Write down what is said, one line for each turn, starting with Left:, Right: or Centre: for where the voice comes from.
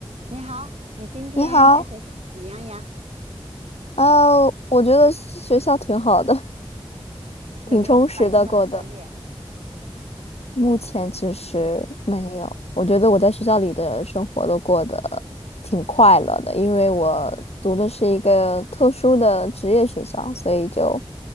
Right: 你好，你今天在学校怎么样呀？
Left: 你好，呃，我觉得学校挺好的，
Right: 有没有繁重的课业？
Left: 挺充实的过的。目前其实没有，我觉得我在学校里的生活都过得挺快乐的，因为我读的是一个特殊的职业学校，所以就